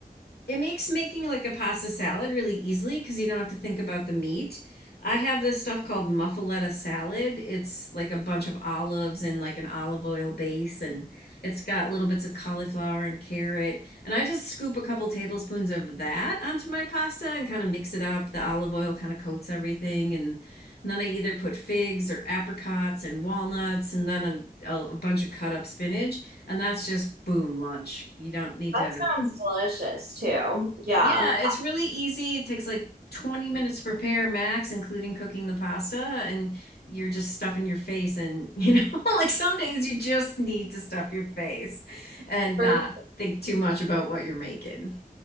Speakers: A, on the left; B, on the right.
A: it makes making like a pasta salad really easily because you don't have to think about the meat. I have this stuff called muffaletta salad. It's like a bunch of olives and like an olive oil base, and it's got little bits of cauliflower and carrot. And I just scoop a couple tablespoons of that onto my pasta and kind of mix it up. The olive oil kind of coats everything, and, and then I either put figs or apricots and walnuts, and then a, a bunch of cut up spinach, and that's just boom lunch. You don't need
B: That
A: to.
B: sounds delicious too. Yeah.
A: Yeah, it's really easy. It takes like 20 minutes to prepare max, including cooking the pasta, and you're just stuffing your face and, you know, <laughs> like some days you just need to stuff your face and
B: For-
A: not think too much about what you're making.